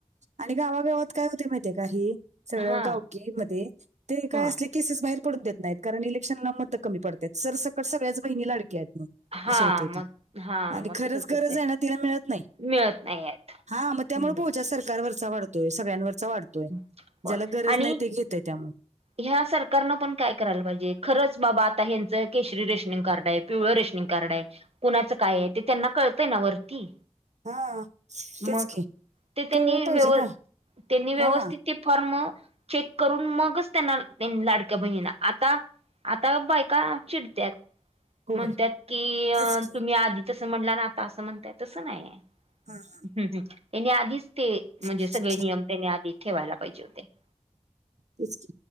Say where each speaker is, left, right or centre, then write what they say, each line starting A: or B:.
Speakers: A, on the right (about 75°); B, on the right (about 55°).
A: आणि गावागावात काय होते माहितीे काही सगळं
B: हा
A: गावकी मध्ये ते काय
B: हा
A: असले केसेस बाहेर पडून देत नाहीत कारण इलेक्शनला मतं कमी पडत आहेत सर सकट सगळ्याच बहिणी लाडक्या आहेत मग,
B: हा
A: असं होतंय
B: मग
A: ते
B: हा
A: आणि
B: मग
A: खरंच
B: तसच
A: गरज
B: होतय
A: आहे ना तिला मिळत नाही.
B: मिळत नाही आहेत
A: हा मग त्यामुळे
B: हम्म
A: बोजा सरकारवरचा वाढतोय सगळ्यांवरचा वाढतोय.
B: हो
A: ज्याला गरज
B: आणि
A: नाही ते घेतंय त्यामुळं.
B: ह्या सरकारनं पण काय करायला पाहिजे खरंच बाबा आता हेचं केशरी रेशनिंग कार्ड आहे. पिवळं रेशनिंग कार्ड आहे कुणाचं काय आहे ते त्यांना कळतय ना वरती.
A: हां, तेच
B: मग
A: की.
B: ते त्यांनी
A: कळलं पाहिजे
B: व्यव
A: ना.
B: त्यांनी व्यवस्थित
A: हां,
B: ते फॉर्म चेक करून मगच त्यांना लाडक्या बहिणीला आता आता बायका चिडतात.
A: होय.
B: म्हणतात की
A: तेच की.
B: तुम्ही आधी तसं म्हणला ना आता असं म्हणताय तसं नाहीय.
A: हा हा
B: हम्म हम्म त्यानी आधीच ते
A: <inaudible>
B: हे नियम त्यांनी ठेवायला पाहिजे होते.
A: तेच की.